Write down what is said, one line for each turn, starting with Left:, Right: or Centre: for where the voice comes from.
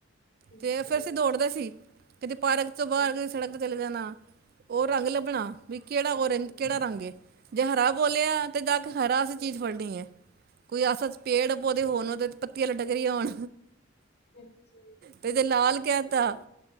Left: ਅੱਛਾ
Right: ਤੇ ਫੇਰ ਅਸੀ ਦੌੜਦੇ ਸੀ, ਕਦੀ ਪਾਰਕ ਤੋ ਬਾਰ
Left: ਅੱਛਾ
Right: ਕਦੀ ਸੜਕ ਚਲੇ ਜਾਨਾ, ਓ ਰੰਗ ਲੱਭਣਾ ਬਈ ਕੇੜਾ
Left: ਅੱਛਾ
Right: ਓਰੇਜ ਕੇੜਾ ਰੰਗ ਏ ਜੇ ਹਰਾ ਬੋਲੇਆ ਤੇ ਜਾ ਕੇ ਹਰਾ
Left: ਅੱਛਾ
Right: ਅਸੀ ਚੀਜ ਫੜਣੀ ਏ, ਕੋਈ ਆ ਸੱਚ ਪੇੜ ਪੌਦੇ
Left: ਅੱਛਾ
Right: ਹੋਨ ਓਦੇ ਤੇ ਪੱਤੀਆ ਲਟਕ ਰਈਆ ਹੋਣ।
Left: ਅੱਛਾ।
Right: ਤੇ ਜੇ ਲਾਲ ਕੇਹਿ ਤਾ